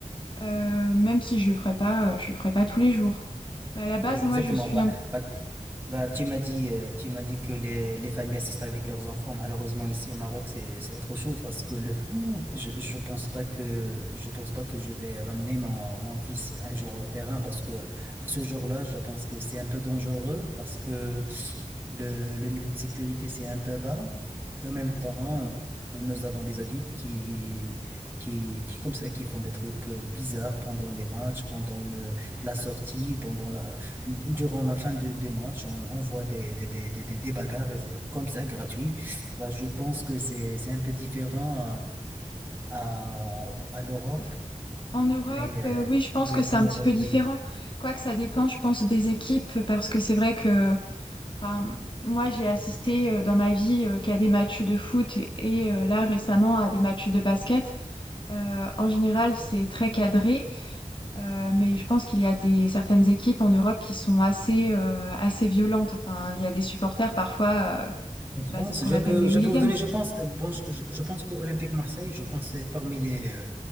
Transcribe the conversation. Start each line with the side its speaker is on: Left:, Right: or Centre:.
Left: euh, même si je le ferai pas, euh, je le ferai pas tous les jours. Mais à la base,
Right: oui, exactement.
Left: moi, je suis
Right: Bah,
Left: un
Right: bah, Bah, tu m'as dit, euh, tu m'as dit que les, les familles assistent avec leurs enfants. Malheureusement, ici au Maroc, c'est, c'est autre chose parce que le, <laughs> je, je pense pas que, je pense pas que je vais ramener mon, mon fils un jour au terrain parce que à ce jour-là, je pense que c'est un peu dangereux parce que le, le niveau de sécurité, c'est un peu bas. Et en même temps, nous avons des adultes qui, qui, qui, comme ça, qui font des trucs euh, bizarres pendant les matchs, pendant le, la sortie, pendant la, Durant la fin de, des matchs, on, on voit des, des, des, des, des- des bagarres euh, comme ça, gratuits. Là, je pense que c'est, c'est un peu différent à, à, à l'Europe,
Left: peu En Europe,
Right: mais
Left: euh,
Right: euh,
Left: oui, je pense
Right: oui,
Left: que
Right: en
Left: c'est
Right: Europe,
Left: un petit peu différent.
Right: oui.
Left: Quoique ça dépend, je pense, des équipes, parce que c'est vrai que, enfin, moi, j'ai assisté euh, dans ma vie euh, qu'à des matchs de foot et, et, euh, là, récemment, à des matchs de basket. Euh, en général, c'est très cadré, euh, mais je pense qu'il y a des, certaines équipes en Europe qui sont assez, euh, assez violentes. Enfin, il y a des supporters, parfois, euh,
Right: En France,
Left: bah, c'est ce qu'on
Right: je
Left: appelle
Right: peux,
Left: les
Right: je
Left: hooligans.
Right: peux vous donner, je pense, euh, bon, je, je- je pense que Olympique Marseille, je pense, c'est parmi les, euh,